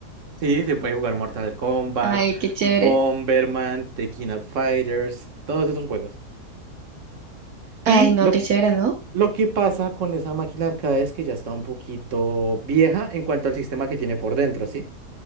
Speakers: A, on the right (about 50°); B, on the right (about 65°).
A: Sí, se puede jugar Mortal Kombat,
B: <laughs> Ay, qué chévere.
A: Bomberman, The King of Fighters, todos esos juegos.
B: Ay,
A: Y
B: no,
A: lo
B: qué
A: que,
B: chévere, ¿no?
A: lo que pasa con esa máquina arcade es que ya está un poquito vieja en cuanto al sistema que tiene por dentro, ¿sí?